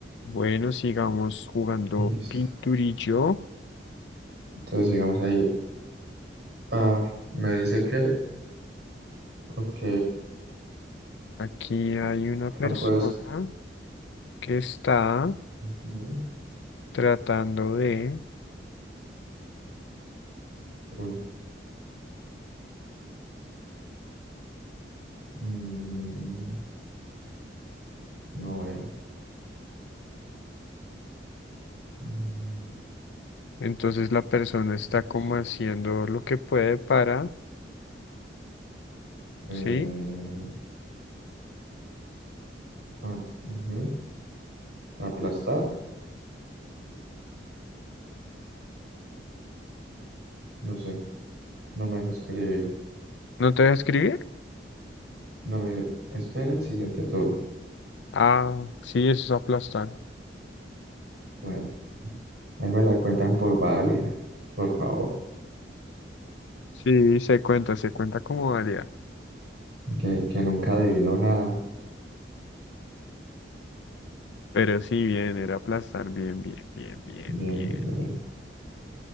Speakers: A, on the left; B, on the right.
A: Bueno, sigamos jugando
B: Listo.
A: pinturillo.
B: Entonces sigamos ahí. Ah, me dice que, ok,
A: Aquí hay una
B: ah,
A: persona
B: no puedes.
A: que está
B: ujú,
A: tratando de...
B: Uy, mm, no veo. Mm,
A: Entonces la persona está como
B: no sé.
A: haciendo lo que puede para...
B: Eh,
A: ¿Sí?
B: ah, ujú, Aplastar, no sé. No me deja escribir.
A: ¿No te deja escribir?
B: No me espera el siguiente turno.
A: Ah, sí, eso es aplastar.
B: Bueno, ahí me la cuentan por válida, por favor.
A: Sí, se cuenta, se cuenta como válida.
B: Que, que nunca adivinó nada.
A: Pero sí, bien, era aplastar. Bien, bien, bien, bien,
B: Bien,
A: bien.
B: bien, bien, bien.